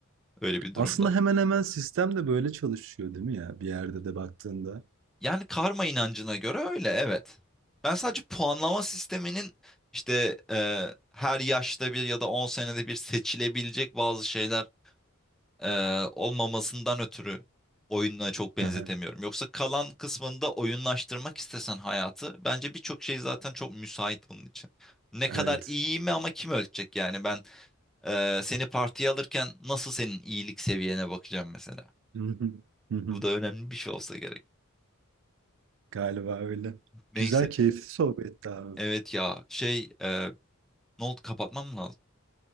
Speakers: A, in the centre; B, on the right (about 65°).
A: öyle bir
B: Aslında
A: durumda.
B: hemen hemen sistem de böyle çalışıyor değil mi ya? Bir yerde de baktığında.
A: Yani karma inancına göre öyle evet. Ben sadece puanlama sisteminin işte e, her yaşta bir ya da 10 senede bir seçilebilecek bazı şeyler e, olmamasından ötürü oyununa çok benzetemiyorum.
B: Aha.
A: Yoksa kalan kısmında oyunlaştırmak istesen hayatı bence birçok şey zaten çok müsait bunun için. Ne kadar
B: Evet.
A: iyi mi ama kim ölçecek yani ben e, seni partiye alırken nasıl senin iyilik seviyene bakacağım mesela.
B: Hı hı. Hı hı.
A: Bu da önemli bir şey olsa gerek.
B: Galiba öyle.
A: Neyse.
B: Güzel, keyifli sohbetti abi.
A: Evet ya şey e, Ne oldu kapatmam mı lazım?